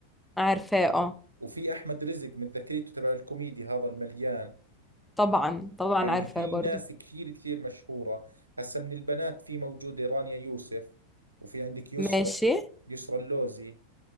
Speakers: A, in the centre; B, on the right (about 80°).
A: عارفاه اه
B: وفي احمد رزق من ذاكريته تبع الكوميدي هذا المليان
A: طبعا طبعا
B: يعني
A: عارفاه
B: في
A: برضو
B: ناس كثير كثير مشهورة هسا من البنات في موجودة رانيا يوسف وفي عندك يسرا
A: ماشي
B: يسرا اللوزي